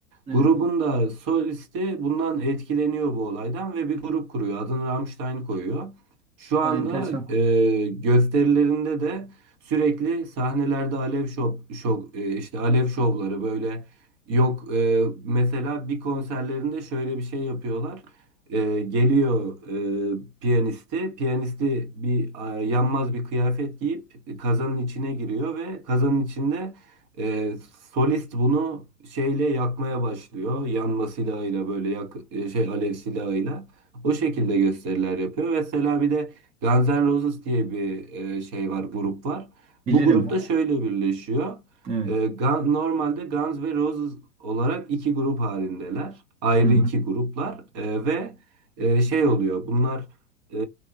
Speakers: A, on the right; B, on the right.
A: Evet.
B: Grubun da solisti bundan etkileniyor bu olaydan ve bir grup kuruyor. Adını Rammstein koyuyor. Şu anda
A: Aa, enteresan.
B: e, gösterilerinde de sürekli sahnelerde alev şov, şov e, işte alev şovları böyle yok e, mesela bir konserlerinde şöyle bir şey yapıyorlar. E, geliyor e, piyanisti. Piyanisti bir a, yanmaz bir kıyafet giyip kazanın içine giriyor ve kazanın içinde ee, solist bunu şeyle yakmaya başlıyor. Yanma silahıyla böyle yak, e, şey alev silahıyla. O şekilde gösteriler yapıyor. Mesela bir de Guns N' Roses diye bir e, şey var, grup var.
A: Bilirim.
B: Bu grupta şöyle birleşiyor.
A: Evet.
B: Ee, Gun- normalde Guns ve Roses olarak iki grup halindeler. Ayrı
A: Hı hı.
B: iki gruplar. Ee, ve e, şey oluyor. Bunlar ee,